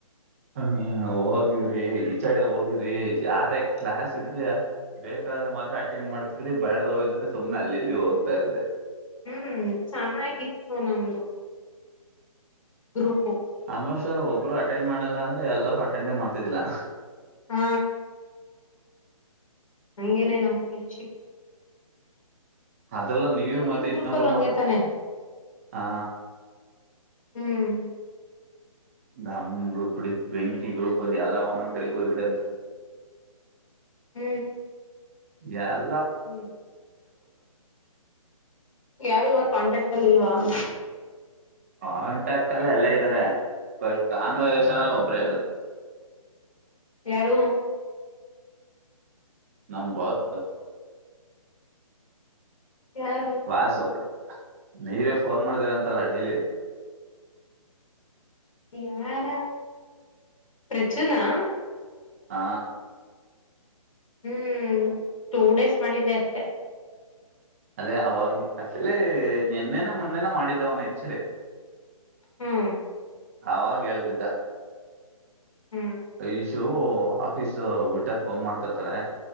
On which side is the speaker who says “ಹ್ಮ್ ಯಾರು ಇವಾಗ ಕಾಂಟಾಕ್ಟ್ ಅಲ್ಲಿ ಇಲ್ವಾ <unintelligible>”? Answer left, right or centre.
Left